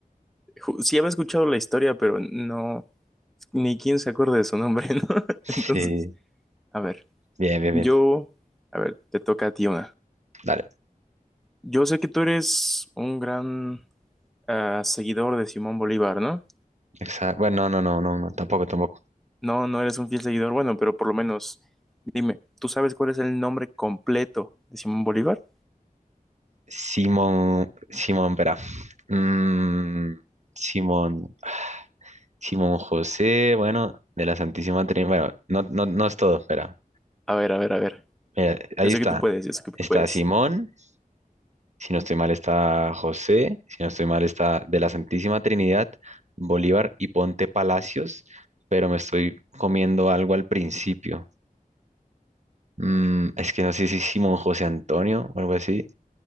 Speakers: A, in the centre; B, on the right.
A: ju- sí había escuchado la historia, pero no, ni quién se acuerda de su nombre, <laughs> ¿no?
B: Sí,
A: Entonces. A ver,
B: bien, bien,
A: yo,
B: bien.
A: a ver, te toca a ti una.
B: Dale.
A: Yo sé que tú eres un gran ah, seguidor de Simón Bolívar, ¿no?
B: Exa- Bueno, no, no, no, no, tampoco, tampoco.
A: No, no eres un fiel seguidor, bueno, pero por lo menos dime, ¿tú sabes cuál es el nombre completo de Simón Bolívar?
B: Simón, Simón, espera. Mm, Simón, Simón José, bueno, de la Santísima Trinidad. Bueno, no, no, no es todo, espera.
A: A ver, a ver, a ver.
B: Mira, ahí
A: Yo sé
B: está.
A: que tú puedes, yo sé que tú
B: Está
A: puedes.
B: Simón, si no estoy mal está José, si no estoy mal está de la Santísima Trinidad, Bolívar y Ponte Palacios, pero me estoy comiendo algo al principio. Mm, es que no sé si Simón José Antonio o algo así.